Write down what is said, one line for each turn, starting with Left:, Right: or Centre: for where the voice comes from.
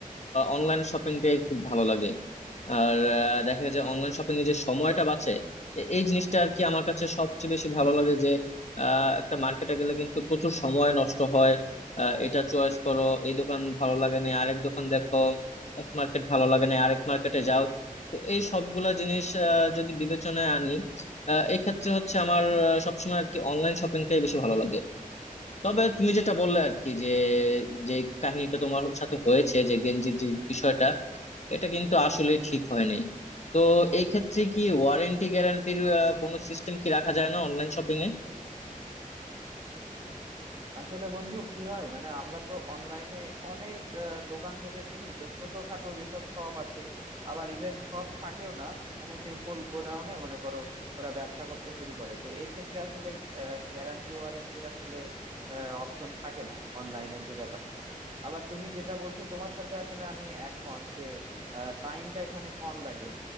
Left: অনলাইন শপিংটাই খুব ভালো লাগে আর আহ, দেখা যায় যে অনলাইন শপিং এ যে সময়টা বাঁচে এ- এই জিনিসটা আর কি আমার কাছে সবচেয়ে বেশি ভালো লাগে যে আহ, একটা মার্কেটে গেলে কিন্তু প্রচুর সময় নষ্ট হয় আহ, এটা চয়েস করো এই দোকান ভালো লাগে না আরেক দোকান দেখো এক মার্কেট ভালো লাগে না আরেক মার্কেটে যাও তো এই সবগুলা জিনিস আহ, যদি বিবেচনায় আনি আহ, এই ক্ষেত্রে হচ্ছে আমার আহ, সবসময় আর কি অনলাইন শপিংটাই বেশি ভালো লাগে তবে তুমি যেটা বললে আর কি যে যে কাহিনীটা তোমার সাথে হয়েছে যে গেঞ্জির যে বিষয়টা এটা কিন্তু আসলে ঠিক হয় নাই তো এই ক্ষেত্রে কি ওয়ারেন্টি গ্যারান্টির কোনো সিস্টেম কি রাখা যায় না অনলাইন শপিং এ
Right: আসলে বন্ধু কি হয় মানে আমরা তো অনলাইনে অনেক আহ, দোকান থেকে কিনি তো ছোটখাটো যেসব শপ আছে আবার ইভেন শপ থাকেও না মানে সিম্পল গোডাউনে মনে করো ওরা ব্যবসা করতে শুরু করে তো এক্ষেত্রে আসলে গ্যারান্টি ওয়ারেন্টির আসলে অপশন থাকে না অনলাইনের যে ব্যাপারটা আবার তুমি যেটা বলছো তোমার সাথে আসলে আমি একমত যে টাইমটা এখানে কম লাগে